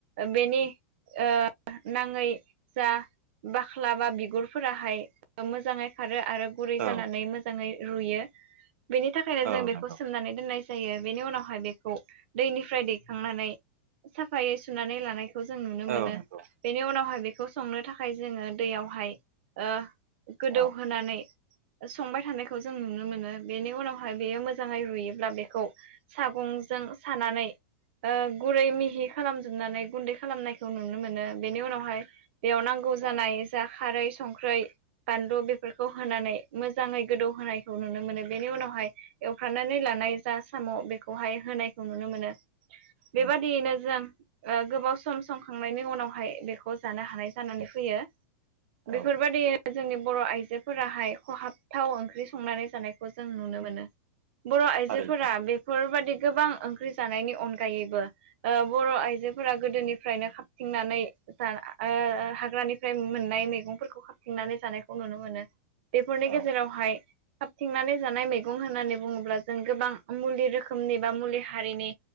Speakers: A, on the right (about 45°); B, on the right (about 70°).
A: बेनि ओ नाङै जा बाख्ला बा बिगुरफोराहाय मोजाङै खारो आरो गुरै जानानै
B: औ
A: मोजाङै रुयो बेनि थाखायनो
B: औ
A: जों बेखौ
B: नंगौ
A: सोमनानै दोननाय जा -यो बेनि उनावहाय बेखौ दैनिफ्राय दैखांनानै साफायै सुनानै लानाय खौ जों नुनो मोनो
B: औ नंगौ
A: बेनि उनावहाय बेखौ संनो थाखाय जोङो दैयावहाय ओ गोदौहोनानै
B: औ
A: संबाय थानायखौ जों नुनो मोनो बेनि उनावहाय बेयो मोजाङै रुयोब्ला बेखौ सागं जों सानानै ओ गुरै मिहि खालामजोबनानै गुन्दै खालामनायखौ नुनो मोनो बेनि उनावहाय बेयाव नांगौ जानाय जा खारै संख्रै बानलु बेफोरखौ होनानै मोजाङै गोदौ होनायखौ नुनो मोनो बेनि उनावहाय एवफ्रामनानै लानाय जा साम बेखौहाय होनायखौ नुनो मोनो बेबादियैनो
B: नंगौ
A: जों गोबाव सम संखांनायनि उनावहाय बेखौ जानो हानाय जानानै फैयो बेफोरबायादिनो
B: औ नंगौ
A: जोंनि बर आइजोफोराहाय खहाबथाव ओंख्रि संनानै जानायखौ जों नुनो मोनो बर आइजोफोरा
B: थारैनो
A: बेफोरबायदि गोबां ओंख्रि जानायनि अनगायैबो बर आइजोफोरा गोदोनिफ्रायनो खाबथिंनानै ओ हाग्रानिफ्राय मोननाय मैगंफोरखौ खाथिंनानै जानायखौ नुनो मोनो बेफोरनि
B: औ
A: गेजेरावहाय खाबथिंनानै जानाय मैगं होननानै बुङोब्ला जों गोबां मुलि रोखोमनि बा मुलि हारिनि